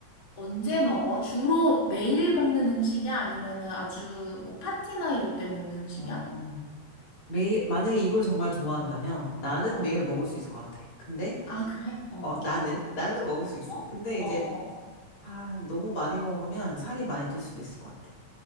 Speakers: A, on the left (about 75°); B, on the left (about 50°).
A: 언제 먹어? 주로 매일 먹는 음식이야? 아니면은 아주 뭐 파티나 이럴 때 먹는 음식이야?
B: 어, 매일, 만약에 이걸 정말 좋아한다면 나는
A: 어.
B: 매일 먹을 수 있을 것 같아. 근데,
A: 아, 그래? 어.
B: 어, 나는? 나는 먹을 수 있어.
A: 어?
B: 근데
A: 어,
B: 이제,
A: 어.
B: 아, 너무 많이 먹으면 살이 많이 찔 수도 있을 것 같아.